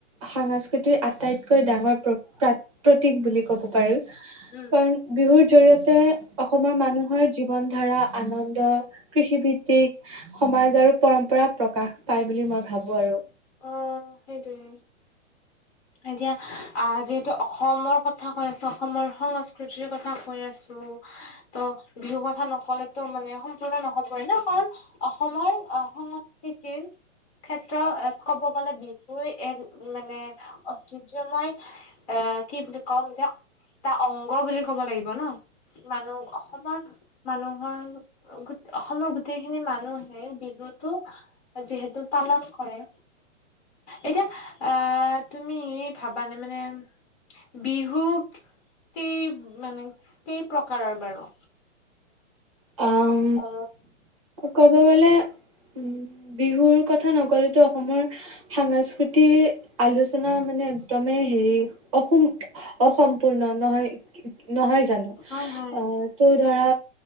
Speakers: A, on the right; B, on the left.
A: সাংস্কৃতিৰ আটাইতকৈ ডাঙৰ প্ৰ প্ৰা প্ৰতীক বুলি ক'ব পাৰি
B: উম,
A: কাৰণ বিহুৰ জৰিয়তে অসমৰ মানুহৰ জীৱন ধাৰা আনন্দ কৃষিভিত্তিক সমাজ আৰু পৰম্পৰা প্ৰকাশ পায় বুলি মই ভাবো আৰু
B: অ সেইটোৱে এতিয়া আহ যিহেতু অসমৰ কথা কথা কৈ আছা অসমৰ সংস্কৃতিৰ কথা কৈ আছো ত' বিহু কথা নকলেতো মানে সম্পূৰ্ণ নহবই ন কাৰণ অসমৰ আহ সংস্কৃতিৰ ক্ষেত্ৰ ক'ব গ'লে বিহুৱে এক মানে ঐতিহ্যময় আহ কি বুলি কম এতিয়া এটা অংগ বুলি ক'ব লাগিব ন মানুহ অসমৰ মানুহৰ গ অসমৰ গোটেইখিনি মানুহে বিহুতো যিহেতু পালন কৰে এতিয়া আহ তুমি ভাবানে মানে বিহু কেই মানে কেই প্ৰকাৰৰ বাৰু
A: অ
B: অ
A: ক'ব গ'লে উম বিহুৰ কথা নক'লেতো অসমৰ সাস্কৃতিৰ আলোচনা মানে একদমেই হেৰি অসম অসম্পূৰ্ণ নহয়, নহয় জানো
B: হয় হয়
A: অ ত' ধৰা